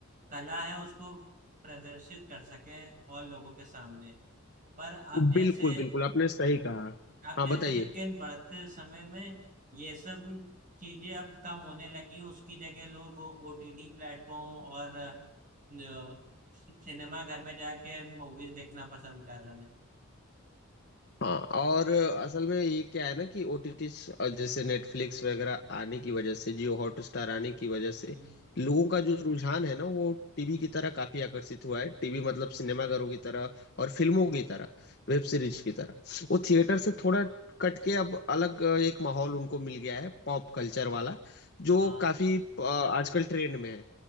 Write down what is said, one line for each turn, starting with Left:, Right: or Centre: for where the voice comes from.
Right: कला है उसको प्रदर्शित कर सकें और लोगों के सामने पर आप जैसे
Left: बिल्कुल बिल्कुल आपने सही कहा
Right: आप
Left: हाँ
Right: जैसे
Left: बताइए
Right: लेकिन बढ़ते समय में ये सब चीजें अब कम होने लगी उसकी जगह लोग ओटीटी प्लेटफॉर्म और अ, सिनेमा घर में जाके मूवीज देखना पसंद कर रहे हैं
Left: हाँ और असल में ये क्या है ना कि ओटीटी जैसे नेटफ्लिक्स वगैरह आने की वजह से जियो हॉटस्टार आने की वजह से
Right: हम्म,
Left: लोगों का जो रुझान है ना वो टीवी की तरह काफी आकर्षित हुआ है टीवी मतलब सिनेमाघरों की तरह और फिल्मों की तरह वेब सीरीज की तरह वो थिएटर से थोड़ा कट के अब अलग अ, एक माहौल उनको मिल गया है पॉप कल्चर वाला जो
Right: हाँ
Left: काफी अ, आजकल ट्रेंड में है